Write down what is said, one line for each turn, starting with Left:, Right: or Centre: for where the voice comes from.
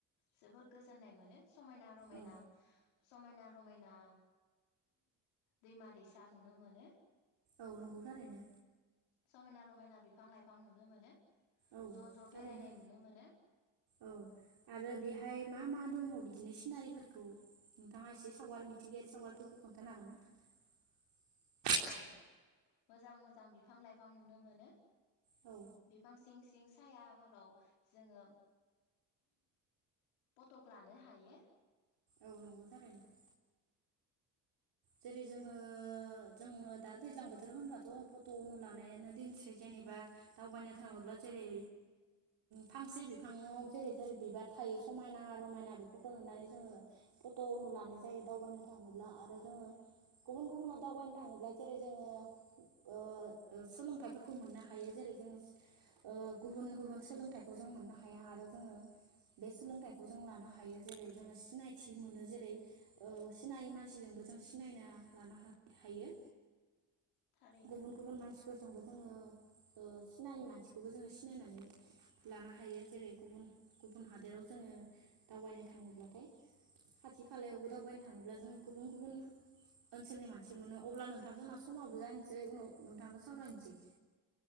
Left: जोबोद गोजोननाय मोनो समायना रमायना
Right: औ
Left: समायना रमायना दैमा दैसा नुनो मोनो
Right: औ नंगौ थारैनो
Left: समायना रमायना बिफां लाइफां नुनो मोनो
Right: औ
Left: ज' ज'
Right: थारैनो
Left: बेरायनाय नुनो मोनो
Right: औ आरो बेहाय मा मा दङ बि बिदिनो सिनारिफोरखौ नोंथाङा एसे सावगारि मिथिंगायारि सावगारिफोरखौ खोन्थानो हागोन ना
Left: औ मोजां मोजां बिफां लाइफां नुनो मोनो।
Right: औ
Left: बिफां सिं सिं सायाफोराव जोङो फटक लानो हायो
Right: औ नंगौ थारैनो जेरै जोङो जोङो दा दैज्लां बोथोर होनब्लाथ' फट' उनु लानायानो दिनसै जेनेबा दावबायनो थाङोब्ला जेरै फांसे बिफाङाव जेरै जेरै बिबार थायो समायना रमायना बेफोरखौ नुनानै जोङो फट'नु लानाय जायो दावबायनो थाङोब्ला आरो जोङो गुबुन गुबुनाव दावबायनो थाङोब्ला जेरै जोङो ओ सोलोंथाइफोरखौ मोननो हायो जेरै जोङो ओ गुबुन गुबुन सोलोंथाइखौ जों मोननो हाया आरो जोङो बे सोलोंथाइखौ जों लानो हायो जेरै जोङो ओ सिनायथि मोनो जेरै ओ सिनायै मानसिजोंबो जों सिनायना लानो हा हायो
Left: थारैनो
Right: गुबुन गुबुन मानसिफोरजोंबो जोङो ओ सिनायि मानसिखौबो जोङो सिनायनानै लानो हायो जेरै गुबुन गुबुन हादोराव जोङो दावबायनो थाङोब्लाथाय खाथि खालायावबो दावबायनो थाङोब्ला जोङो गुबुन गुबुन ओनसोलनि मानसि मोनो अब्ला नोंथां जोंना समाबो जानोसै उनाव नोंथांजों सावरायनोसै